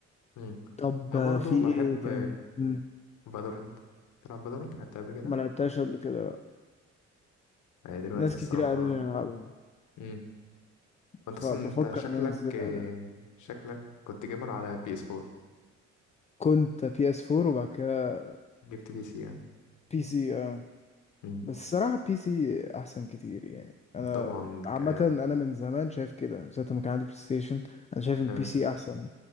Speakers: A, on the left (about 80°); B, on the left (about 25°).
A: مم.
B: طب
A: أنا
B: آه،
A: برضه
B: في
A: بحب
B: ايه تاني مم.
A: فالورنت تلعب فالورنت لعبتها قبل كده
B: ما لعبتهاش قبل كده لأ.
A: هي دلوقتي
B: ناس
A: الصراحة
B: كتير قالوا لي العبها
A: امم انت
B: فبفكر
A: اصلا انت شكلك
B: ان انا انزلها
A: آه،
B: يعني
A: شكلك كنت جيمر على بي اس 4
B: كنت بي اس 4 وبعد كده
A: جبت بي سي يعني
B: بي سي اه
A: امم
B: بس الصراحة بي سي احسن كتير يعني انا
A: طبعا
B: عامة
A: ك
B: انا من زمان شايف كده من ساعة ما كان عندي بلاي ستيشن انا شايف ان
A: آه،
B: بي سي احسن